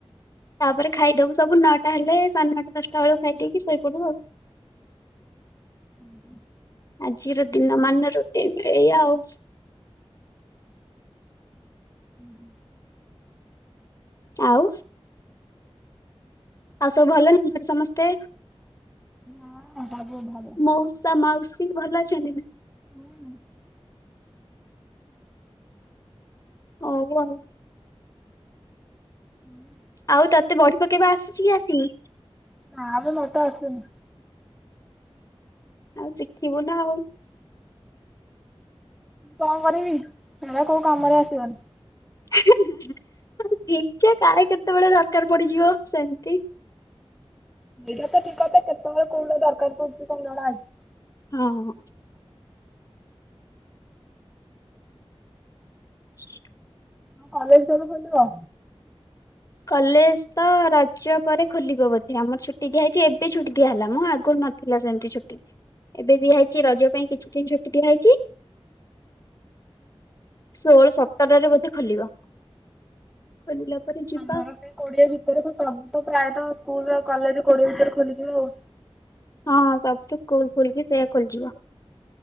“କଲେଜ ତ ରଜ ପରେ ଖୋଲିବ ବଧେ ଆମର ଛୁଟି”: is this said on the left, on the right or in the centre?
Left